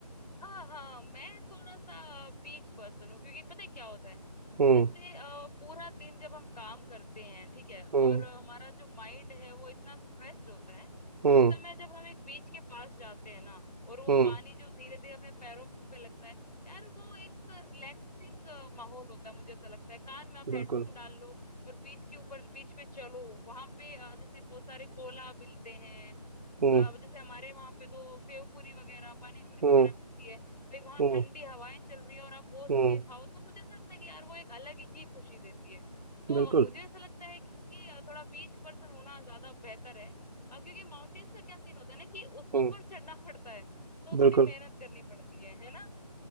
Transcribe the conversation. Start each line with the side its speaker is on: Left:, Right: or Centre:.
Left: हाँ हाँ मैं थोड़ा सा बीच पर्सन हूँ क्योंकि पता है क्या होता है
Right: हुँ,
Left: जैसे अ, पूरा दिन जब हम काम करते हैं ठीक है और
Right: हुँ,
Left: अ, हमारा जो माइंड है वो इतना स्ट्रेस्ड होता है
Right: हुँ,
Left: उस समय जब हम एक बीच के पास जाते हैं ना और वो
Right: हुँ,
Left: पानी जो धीरे धीरे अपने पैरों पे लगता है यार वो एक रिलैक्सिंग माहौल होता है मुझे ऐसा लगता है कान में आप
Right: बिल्कुल।
Left: हेडफोन डाल लो और बीच के ऊपर बीच पे चलो वहां पे अ, जैसे बहुत सारे गोला मिलते हैं
Right: हुँ,
Left: अब जैसे हमारे वहां पे तो सेव पूरी वगैरह पानी पूरी
Right: हुँ,
Left: वगैरह मिलती है भाई वहां
Right: हुँ,
Left: ठंडी हवाएं चल रही है और आप वो चीज
Right: हुँ,
Left: खाओ तो मुझे ऐसा लगता है कि यार वो एक अलग ही खुशी देती है तो
Right: बिल्कुल।
Left: अ, मुझे ऐसा लगता है कि कि, अ, थोड़ा बीच पर्सन होना ज्यादा बेहतर है अ, क्योंकि माउंटेन्स का क्या सीन होता है ना कि उसको
Right: हुँ,
Left: ऊपर चढ़ना पड़ता है तो
Right: बिल्कुल।
Left: थोड़ी मेहनत करनी पड़ती है है ना